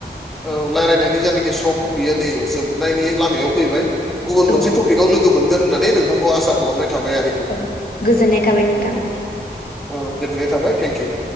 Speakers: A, in the centre; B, on the left.
A: औ रायजलायनायनि जानाखि सम बियो नै जोबनायनि लामायाव फैबाय। गुबुन मोनसे
B: औ
A: टपिकाव लोगो मोनगोन होननानै नोंथांखौ आसा खालामनाय थाबाय आरोखि
B: औ गोजोननाय थाबाय नोंथां।
A: औ गोजोननाय थाबाय थेंकिउ।